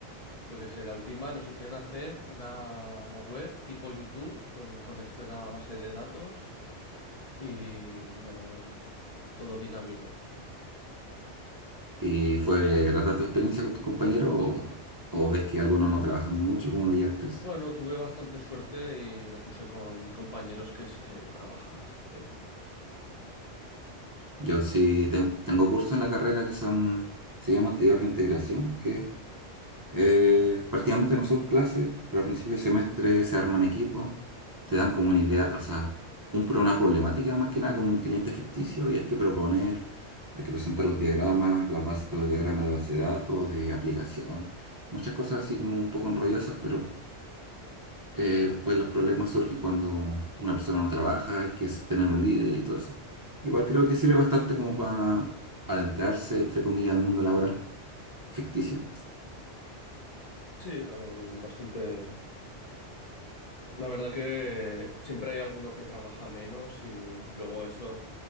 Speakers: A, on the left (about 40°); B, on the right (about 25°).
A: Yo qué sé, la última nos hicieron hacer una web tipo YouTube con conexión a base de datos y todo, todo dinámico.
B: ¿Y fue grata tu experiencia con tus compañeros o, o ves que algunos no trabajan mucho? ¿Cómo lo llevaste? eso?
A: Bueno, tuve bastante suerte y me puse con compañeros que sí que trabajan bastante bien.
B: Yo sí ten- tengo cursos en la carrera que son, se llaman taller de integración, que Eh, prácticamente no son clases, pero al principio de semestre se arman equipos, te dan como una idea, o sea, un, pro- una problemática más que nada como un cliente ficticio y hay que proponer, hay que presentar los diagramas, las bases- los diagramas de base de datos, de aplicación, muchas cosas así como un poco enrollosas, pero eh, después los problemas surgen cuando una persona no trabaja, hay que s- tener un líder y todo eso. Igual creo
A: Mm.
B: que sirve bastante como para adentrarse, entre comillas, al mundo laboral ficticio,
A: Sí, la- bastante. La verdad que siempre hay alguno que trabaja menos y luego eso